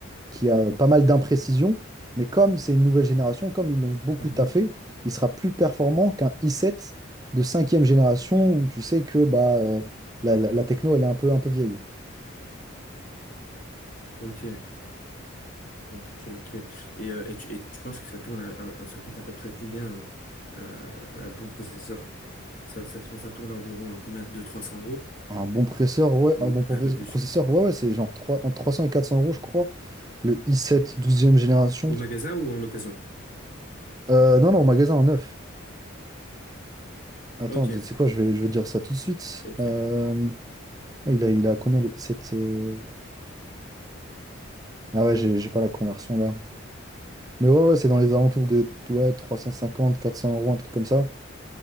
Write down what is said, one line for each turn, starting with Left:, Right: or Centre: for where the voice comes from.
Right: qui a pas mal d'imprécisions, mais comme c'est une nouvelle génération, comme ils l'ont beaucoup
Left: Mhm.
Right: taffé, il sera plus performant qu'un i sept de cinquième génération où tu sais que bah, euh, la, la- la techno, elle est un peu, un peu vieille.
Left: Ok. Ok. Ok. Et, euh, et, tu, et tu penses que ça tourne à, à- à- ça coûte à peu près combien un, un- un bon processeur? Ça, ça, ça, ça tourne à environ à combien? deux trois cents euros
Right: Un bon processeur, ouais,
Left: ou
Right: un bon professe-
Left: un peu plus?
Right: processeur, ouais, ouais, c'est genre 3, entre 300 et 400 euros, je crois. Le i7 douzième génération.
Left: Au magasin ou en occasion?
Right: Euh, non, non, au magasin en neuf. Attends,
Left: Ok.
Right: tu sais quoi, je vais, je vais dire ça tout de suite.
Left: Ok.
Right: Euh, là, il a, il a combien le i7 euh Ah ouais, j'ai j'ai pas la conversion là. Mais ouais, ouais, c'est dans les alentours de ouais, trois cent cinquante quatre cents euros, un truc comme ça.